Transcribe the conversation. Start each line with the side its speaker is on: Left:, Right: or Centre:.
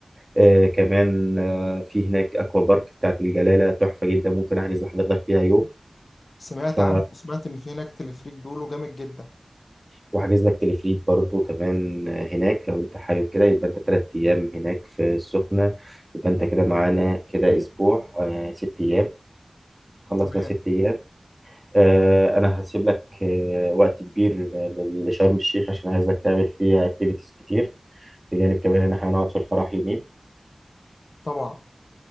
Right: آه كمان آه في هناك اكوا بارك بتاعت الجلاله تحفه جدا ممكن احجز لحضرتك فيها يوم
Left: سمعت
Right: ف
Left: عنه وسمعت ان في هناك تلفريك بيقولوا جامد جدا
Right: وحاجز لك تلفريك برضو كمان آه، هناك لو انت حابب كده يبقى انت تلات ايام هناك في السخنه يبقى انت كده معانا كده اسبوع آه ست ايام خلصنا
Left: تمام
Right: ست ايام آه انا هسيب لك آه وقت كبير آه، لشرم الشيخ عشان عايزك تعمل فيها اكتيفيتيز كتير بجانب كمان ان احنا هنقعد في الفرح يومين
Left: طبعا